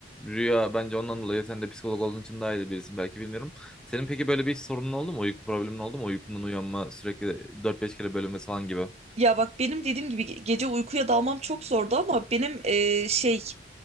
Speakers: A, in the centre; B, on the right.
A: Rüya bence ondan dolayı. Sen de psikolog olduğun için daha iyi de birisin belki bilmiyorum. Senin peki böyle bir sorunun oldu mu? Uyku problemin oldu mu? Uykundan uyanma sürekli 4-5 kere bölünmesi falan gibi.
B: Ya bak benim dediğim gibi ge- gece uykuya dalmam çok zordu ama benim e, şey